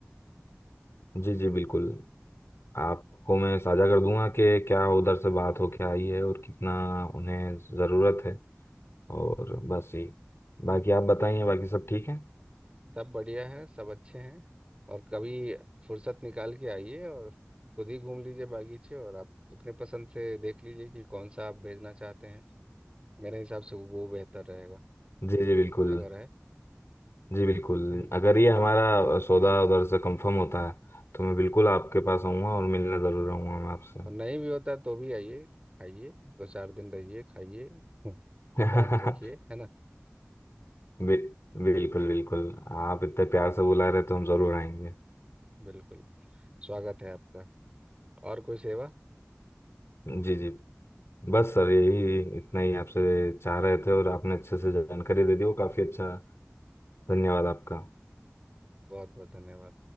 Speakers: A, on the left (about 65°); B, on the right (about 25°).
A: जी जी बिल्कुल आपको मैं साझा कर दूंगा कि क्या उधर से बात होके आई है और कितना उन्हें ज़रूरत है और बस यही बाकी आप बताइए बाकी सब ठीक है
B: सब बढ़िया है सब अच्छे हैं और कभी फुर्सत निकाल के आइए और खुद ही घूम लीजिए बागीचे और आप अपने पसंद से देख लीजिए कि कौन सा आप भेजना चाहते हैं मेरे हिसाब से वो बेहतर रहेगा
A: जी जी बिल्कुल
B: कितना घर है
A: जी बिल्कुल
B: <laughs>
A: अगर ये हमारा सौदा उधर से कंफर्म होता है तो मैं बिल्कुल आपके पास आऊँगा और मिलने ज़रूर आऊँगा मैं आपसे
B: और नहीं भी होता तो भी आइए खाइए दो चार दिन रहिए खाइए <laughs> स्वाद
A: <laughs>
B: चखिए है ना
A: बि, बिल्कुल बिल्कुल आप इतने प्यार से बुला रहे तो हम ज़रूर आएंगे
B: बिल्कुल स्वागत है आपका और कोई सेवा
A: जी जी बस सर यही इतना ही आपसे चाह रहे थे और आपने अच्छे से जानकारी दे दी वो काफ़ी अच्छा धन्यवाद आपका
B: बहुत बहुत धन्यवाद